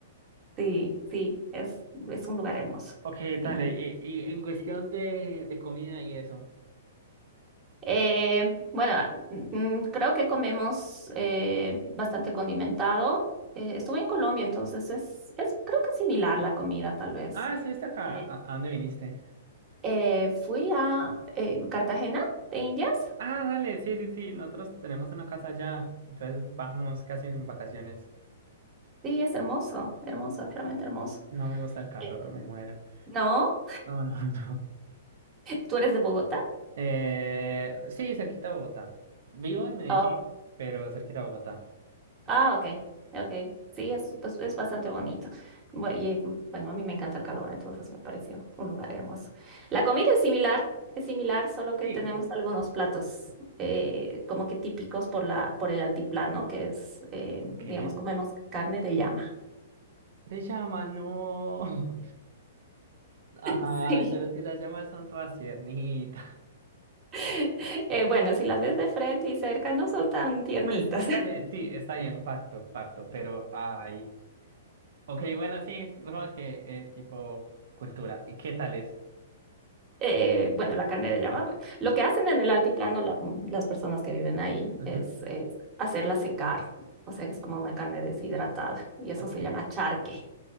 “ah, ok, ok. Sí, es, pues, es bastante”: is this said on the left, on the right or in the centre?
Right